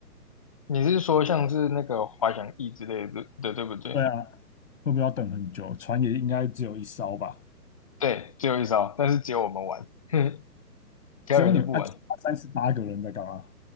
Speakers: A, on the left; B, on the left.
A: 你是说像是那个滑翔翼之类的，的，对不对？
B: 对啊，会不会要等很久？船也应该只有一艘吧？
A: 对，只有一招，但是只有我们玩，哼，其他人都不玩。
B: 只有你们啊，三十八个人在干嘛？